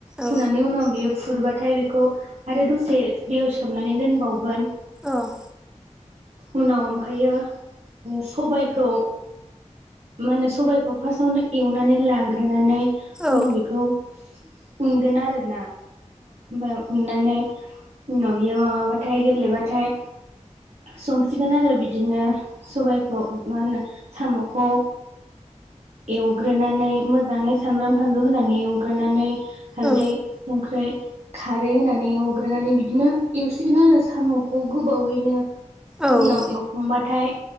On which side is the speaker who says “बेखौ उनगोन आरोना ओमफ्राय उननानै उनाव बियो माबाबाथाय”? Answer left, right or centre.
Right